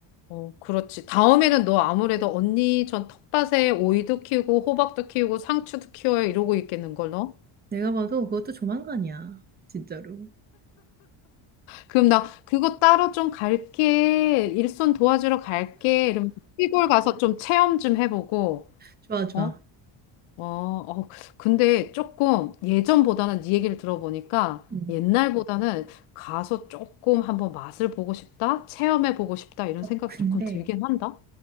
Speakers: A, on the left; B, on the right.
A: 어, 그렇지. 다음에는 너 아무래도 언니 전 텃밭에 오이도 키우고 호박도 키우고 상추도 키워요 이러고 있겠는 걸 너?
B: 내가 봐도 그것도 조만간이야. 진짜로.
A: 그럼 나 그거 따로 좀 갈게. 일손 도와주러 갈게. 이러면 시골 가서 좀 체험 좀 해보고,
B: 좋아, 좋아.
A: 어? 어, 어, 근데 조금 예전보다는 네 얘기를 들어보니까
B: 음.
A: 옛날보다는 가서 조금 한번 맛을 보고 싶다, 체험해 보고 싶다 이런
B: 어,
A: 생각이
B: 근데
A: 조금 들긴 한다.